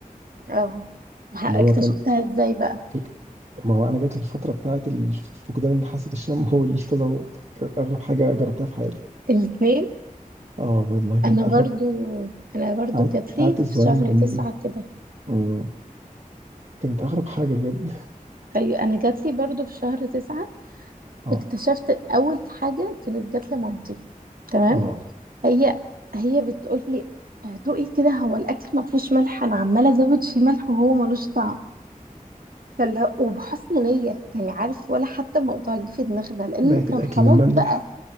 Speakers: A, on the right; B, on the right.
A: اه وح-
B: اللي
A: اكتشفتها
B: هو كان
A: ازاي بقى
B: كيك- ما هو انا جات لي الفتره بتاعت ال- فقدان حاسه الشم والتذوق كانت اغرب حاجه جربتها في حياتي
A: الاثنين
B: اه والله كانت
A: انا
B: اغرب
A: برضو انا برضو
B: قعدت
A: جاتلي
B: قعدت
A: في
B: اسبوعين
A: شهر
B: كاملين
A: تسعة كده
B: مم. كانت اغرب حاجه بجد
A: ايوه انا جاتلي برضو في شهر تسعة
B: اه
A: اكتشفت اول حاجة كانت جاتلي مامتي تمام
B: اه
A: هي هي بتقول لي دوقي كده هو الاكل ما فيهوش ملح انا عماله ازود فيه ملح وهو ملوش طعم فاللي هو- وبحسن نيه يعني عارف ولا حتى موضوع جه في دماغنا لان
B: لقيت
A: كان
B: الاكل
A: خلاص
B: المملح
A: بقى